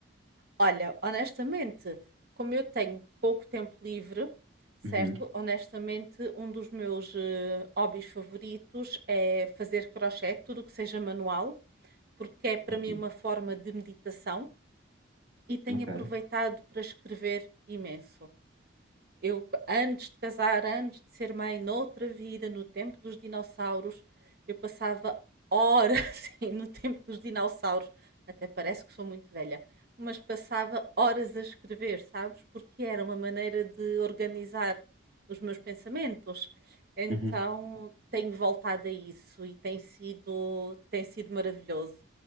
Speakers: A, on the right; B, on the right.
A: Olha, honestamente, como eu tenho pouco tempo livre, certo?
B: Uhum,
A: Honestamente, um dos meus eh, hobbies favoritos é fazer crochê, tudo o que seja manual, porque é para
B: uhum,
A: mim uma forma de meditação e tenho
B: ok.
A: aproveitado para escrever imenso. Eu, antes de casar, antes de ser mãe, noutra vida, no tempo dos dinossauros, eu passava horas <laughs> sim, no tempo dos dinossauros. Até parece que sou muito velha, mas passava horas a escrever, sabes? Porque era uma maneira de organizar os meus pensamentos. Então
B: Uhum,
A: tenho voltado a isso e tem sido, tem sido maravilhoso.